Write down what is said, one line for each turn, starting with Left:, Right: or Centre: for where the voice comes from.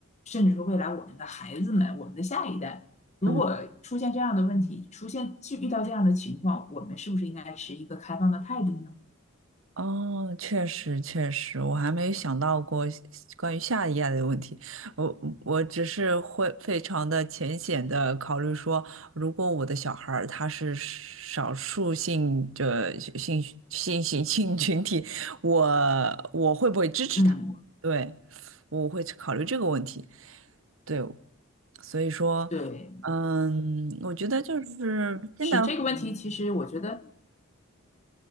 Left: 甚至说未来我们的孩子们，我们的下一代，如果出现这样的问题，
Right: 嗯。
Left: 出现去遇到这样的情况，我们是不是应该持一个开放的态度呢？
Right: 哦，确实确实，我还没有想到过关于下一页的问题。我我只是会非常的浅显的考虑说，如果我的小孩儿他是少数性的性性性性群体，我我会不会支持他？
Left: 嗯，
Right: 对，我会考虑这个问题。对，所以说，
Left: 对，
Right: 嗯，我觉得就是现在，
Left: 是这个问题，其实我觉得。